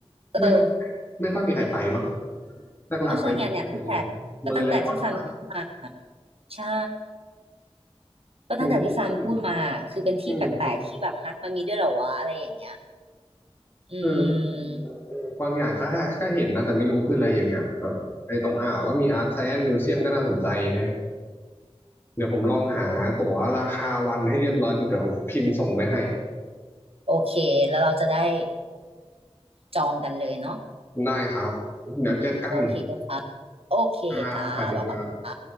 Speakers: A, on the right; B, on the left.
A: เออ
B: ไม่ค่อยไม่ค่อยมีใครไปมั้งหลักๆไปดูแค่อะไร
A: ก็ใช่ไงน้เนี่ยตั้งแต่ก็ตั้งแต่ที่ซันพูดมา
B: เมอร์ไลออนปะ
A: ใช่ ก็ตั้งแต่ที่ซันพูดมา
B: อย่างอื่นก็มี
A: คือเป็นที่แปลกๆที่แบบฮะมันมีด้วยเหรอวะอะไรอย่างเงี้ย
B: อืม
A: อื
B: เออ
A: ม
B: บางอย่างก็ก็เห็นนะ แต่ไม่รู้คืออะไรอย่างเงี้ยแบบไอ้ตรงอ่าวก็มีอาร์ตไซแอนซ์มิวเซียมก็น่าสนใจฮะเดี๋ยวผมลองหาตั๋วราคาวันให้เรียบร้อย เดี๋ยวพิมพ์ส่งไปให้
A: โอเค แล้วเราจะได้จองกันเลยเนาะ
B: ได้ครับ เดี๋ยวเจอกัน
A: โอเค โอเคจ้าบ๊ายบายจ้า
B: ครับสวัสดีครับ